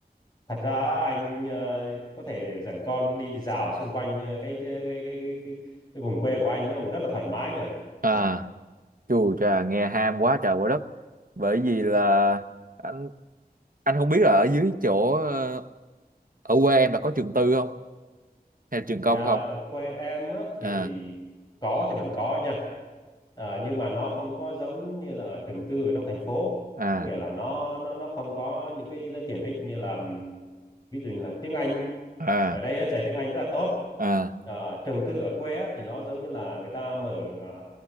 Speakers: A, on the left (about 25°); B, on the right (about 60°).
A: thật ra á, anh à, có thể dẫn con đi, đi dạo xung quanh à, cái cái cái, cái, cái, cái vùng quê của anh nó cũng rất là thoải mái nữa
B: à
A: Dạ.
B: Chù chà, nghe ham quá trời quá đất. Bởi vì là anh anh không biết là ở dưới chỗ ờ, ở quê em là có trường tư không hay là trường
A: Dạ,
B: công không?
A: ở quê em á, thì
B: À
A: có thì vẫn có nha. À, nhưng mà nó không có giống như là ở trường tư ở trong thành phố.
B: à
A: Có nghĩa là nó nó nó không có những cái tiện ích như là ừm, ví dụ như là tiếng Anh.
B: à
A: Ở đây á, dạy tiếng Anh rất là tốt.
B: à
A: À, trường tư ở quê á, thì nó giống như là người ta mở à,